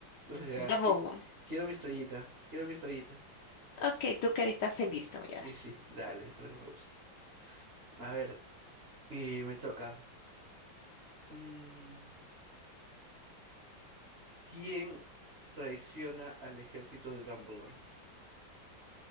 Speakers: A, on the right; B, on the left.
A: O sea,
B: Bravo.
A: que- quiero mi estrellita, quiero mi estrellita.
B: Ok, tu carita feliz te voy
A: Y
B: a dar.
A: sí, dale, es algo que me gusta. A ver, y me toca. Mm, ¿quién traiciona al ejército de Dumbledore?